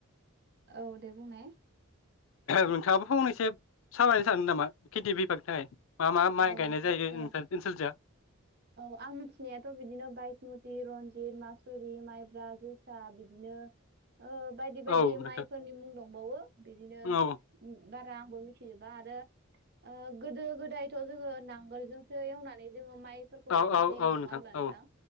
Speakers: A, on the right; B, on the left.
A: औ दे बुंनाय।
B: नोंथाङाबो फंनैसो सावरायनो सानदो नामा खेथि बिफागनि थाखाय मा मा माइ
A: औ नोंथां
B: गायनाय जायो
A: औ
B: ओनसोलजो
A: औ आं मिथिनायाथ' बिदिनो बायसमुति, रनजित, मासुरि माइब्रा, जोसा बिदिनो ओ बायदि बायदि
B: औ
A: माइफोरनि
B: नोंथां
A: मुं दंबावो बिदिनो
B: औ
A: बाद रा आंबो मिथिजोबा आरो ओ गोदो गोदो गोदायथ' जोङो नांगोलजोंसो एवनानै जोङो माइ फोरखौ
B: औ
A: गायनाय जायोमोन
B: औ
A: नङा होनबा नोंथां
B: औ